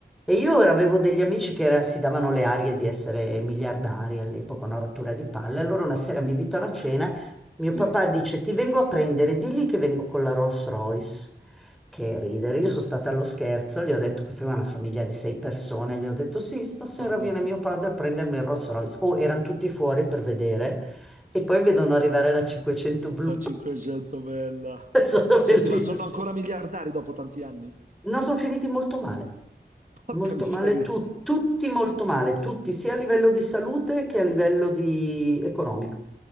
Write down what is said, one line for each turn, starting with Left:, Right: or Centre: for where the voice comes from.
Centre: E io ora avevo degli amici che era- si davano le arie di essere miliardari all'epoca, una rottura di palle. Allora una sera mi invitano a cena, mio
Right: Sì,
Centre: papà dice ti vengo a prendere, digli che vengo con la Rolls Royce. Che ridere, io sono stata allo scherzo, gli ho detto, questa è una famiglia di sei persone, gli ho detto sì, stasera
Right: <laughs>
Centre: viene mio padre a prendermi il Rolls Royce. Oh, erano tutti fuori per vedere e poi vedono arrivare la 500 blu,
Right: la 500 bella.
Centre: <laughs> è stata bellissima.
Right: Senti, ma sono ancora
Centre: <laughs>
Right: miliardari dopo tanti anni?
Centre: No, sono finiti molto male,
Right: Porca
Centre: molto
Right: miseria.
Centre: male, tu- tutti molto male, tutti, sia a livello di salute che a livello di economico.